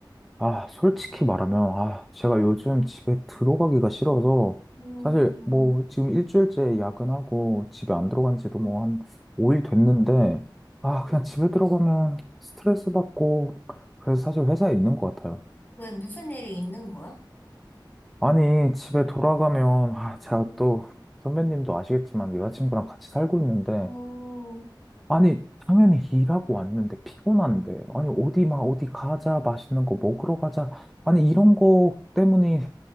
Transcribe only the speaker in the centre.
아, 솔직히 말하면, 아, 제가 요즘 집에 들어가기가 싫어서,
사실 뭐, 지금 일주일째 야근하고 집에 안
들어간 지도 뭐 한 5일 됐는데, 아, 그냥 집에 들어가면 스트레스 받고, 그래서 사실 회사에 있는 것 같아요.
아니, 집에 돌아가면, 아, 제가
또, 선배님도 아시겠지만, 여자친구랑 같이 살고 있는데,
아니, 당연히 일하고 왔는데, 피곤한데, 아니, 어디 막, 어디 가자, 맛있는 거 먹으러 가자. 아니, 이런 거 때문에,